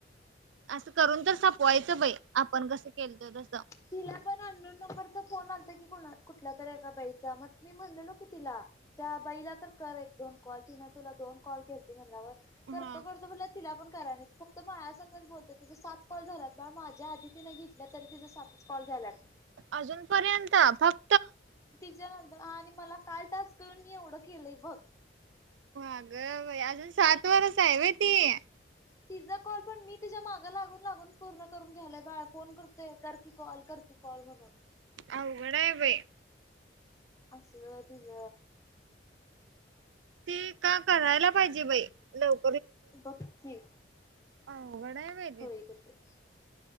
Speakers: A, on the right (about 85°); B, on the left (about 15°).
A: असं करून तर संपवायचं बाई. आपण कसं केलतो तसं
B: तिला पण अननोन नंबरचा फोन आलत. ता कुठला तर एका बाईचा मग मी म्हणलेलो की तिला त्या बाईला तर कर एक दोन कॉल तिने तुला दोन कॉल केलती म्हणाल्यावर करतो
A: हा
B: करतो म्हणलं तिला पण कराय नाही त फक्त माझ्यासंगच बोलत्या तिचा सात कॉल झाल्यात बाळ माझ्या आधी तिने घेतल्या तरी तिचं सातच कॉल झाल्यात.
A: अजून पर्यंत.. फक्त
B: त्तिच्यानंतरन आणि मला काल टास्क येऊन मी एवढं केलंय बघ.
A: अग बाई! अजून सातवरच हाय व्हय ती.
B: तिचा कॉल पण मी तिच्या मागं लागून लागून पूर्ण करून घ्यालोय बाळ कोण करतोय कर की कॉल कर की कॉल म्हणून
A: अवघड आहे बाई
B: अस तिज
A: ती का करायला पाहिजे बाई लव.
B: बघ की
A: अवघड आहे बाई
B: होय करतेच.